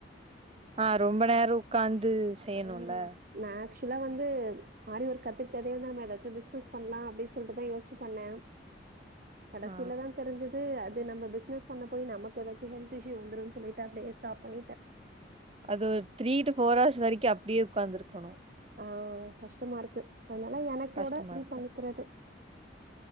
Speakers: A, on the right (about 30°); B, on the right (about 45°).
A: ஆ ரொம்ப நேரோ உக்காந் இது செய்யணுல
B: ஆ நா ஆக்சுவலா வந்து ஆரி ஒர்க் கத்துக்கிட்டதே வந்து நம்ம எதாச்சு பிசினஸ் பண்லா அப்டின்னு சொல்ட்டு தா யோஸிச்சு பண்ண கடசீலதாந்
A: ஆ
B: தெரிஞ்சுது அது அது நம்ம பிசினஸ் பண்ண போய் நமக்கு எதாச்சு ஹெல்த் இஷ்யூ வந்துருன்னு சொல்லிட்டு அப்டியே ஸ்டாப் பண்ணிட்ட
A: அது ஒரு த்ரீ டு ஃபோர் ஹவர்ஸ் வரைக்கு அப்டியே உட்காந்துருக்கணு
B: ஆஹ் கஷ்டமா இருக்கு அதனால எனக்கோட
A: கஷ்டமா
B: அப்படியே
A: இருக்கு
B: பண்ணிக்கிறது